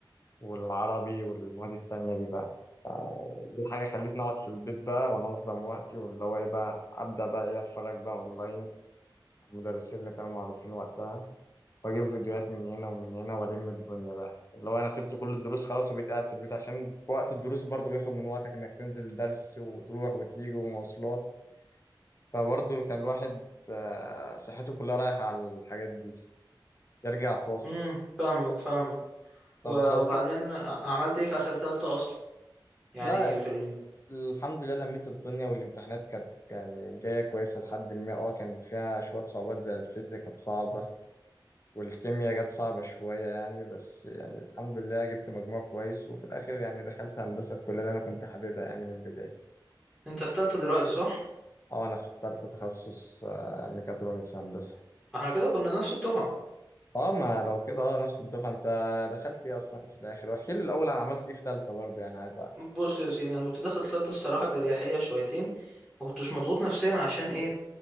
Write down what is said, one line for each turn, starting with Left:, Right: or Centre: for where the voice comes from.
Left: والعربي والمواد التانية دي بقى دي حاجة خلتني أقعد في البيت بقى وأنظم وقتي واللي هو إيه بقى أبدأ بقى إيه أتفرج بقى أونلاين على المدرسين اللي كانوا معروفين وقتها وأجيب فيديوهات من هنا ومن هنا وألم الدنيا بقى اللي هو أنا سبت كل الدروس خلاص وبقيت قاعد في البيت عشان وقت الدروس برضه بياخد من وقتك إنك تنزل درس وتروح وتيجي ومواصلات فبرضه كان الواحد آه، صحته كلها رايحة على الحاجات دي يرجع فاصل
Centre: امم فاهمك فاهمك
Left: طب
Centre: و-
Left: لو
Centre: وبعدين
Left: كده
Centre: ع- عملت ايه في اخر تالتة اصلا يعني
Left: لا ال-
Centre: في ال...
Left: الحمد لله لميت الدنيا والامتحانات كانت يعني جاية كويسة لحد ما اه كان فيها شوية صعوبات زي الفيزياء كانت صعبة والكيمياء جت صعبة شوية يعني بس يعني الحمد لله جبت مجموع كويس وفي الآخر يعني دخلت هندسة الكلية اللي أنا كنت حاببها يعني من البداية
Centre: انت في تالتة دلوقتي صح؟
Left: اه أنا اخترت تخصص آه، ميكاترونكس هندسة
Centre: احنا كده كنا نفس الدفعة
Left: اه ما لو كده اه نفس الدفعه انت دخلت ايه اصلا في الاخر واحكي لي الاول انا عملت ايه في ثالثه برضه يعني عايز اعرف
Centre: بص يا سيدي انا كنت داخل الثالثه الصراحه باريحيه شويتين ما كنتش مضغوط نفسيا عشان ايه